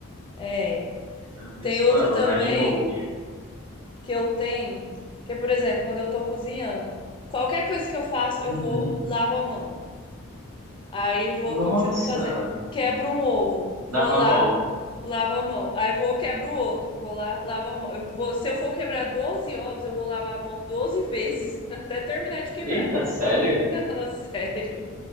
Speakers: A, on the left; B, on the right.
A: É,
B: Já não tem
A: tem
B: esse
A: outro
B: problema,
A: também
B: mais de boas.
A: que eu tenho, que é, por exemplo, quando eu tô cozinhando, qualquer coisa que eu faço, eu
B: Uhum.
A: vou, lavo a mão. Aí vou,
B: Nossa!
A: continuo fazendo. Quebro um ovo,
B: Dava
A: vou lá,
B: mão.
A: lavo a mão. Aí vou, quebro o outro, vou lá, lavo a mão. Eu vou- se eu for quebrar 12 ovos, eu vou lavar a mão 12 vezes, <laughs> até terminar de quebrar.
B: Eita, sério?
A: <laughs> Ah, Sério.